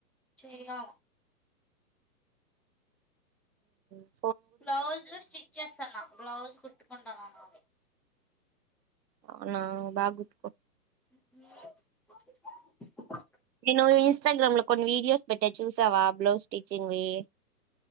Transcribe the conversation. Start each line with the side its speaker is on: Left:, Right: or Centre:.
Centre: చెయలే
Right: అఓ
Centre: బ్లౌజ్ స్టిచ్ చేస్తాను బ్లౌజ్ కుట్టుకుంటానువి
Right: అవునా బాగుత్కో
Centre: అ
Right: నేను ఇన్స్టాగ్రామ్ లో కొన్ని వీడియోస్ పెట్టే చూసావా బ్లౌజ్ స్టిచింగ్ వి